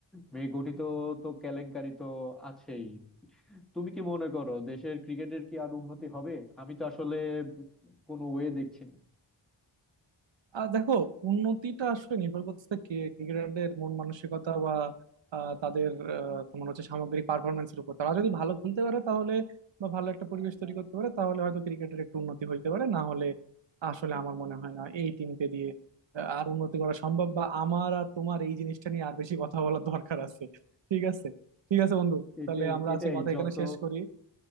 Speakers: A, in the centre; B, on the right.
A: মেয়ে গঠিত তো কেলেঙ্কারি তো আছেই তুমি কি মনে করো দেশের ক্রিকেটের কি আর উন্নতি হবে আমি তো আসলে কোনো ওয়ে দেখছি না
B: আর দেখো উন্নতিটা আসলে নির্ভর করতেছে কে ক্রিকেটারদের মন মানসিকতা বা আহ, তাদের আহ, তোমার হচ্ছে সামগ্রিক পারফরমেন্সের উপর তারা যদি ভালো খেলতে পারে তাহলে বা ভালো একটা পরিবেশ তৈরি করতে পারে তাহলে হয়তো ক্রিকেটের একটু উন্নতি হইতে পারে না হলে আসলে আমার মনে হয় না এই টিমকে দিয়ে আহ, আর উন্নতি করা সম্ভব বা আমার আর তোমার এই জিনিসটা নিয়ে আর বেশি কথা বলার দরকার আছে ঠিক আছে ঠিক আছে বন্ধু
A: এটাই
B: তাহলে আমরা
A: এটাই
B: আজকে কথা
A: যত
B: এখানে শেষ করি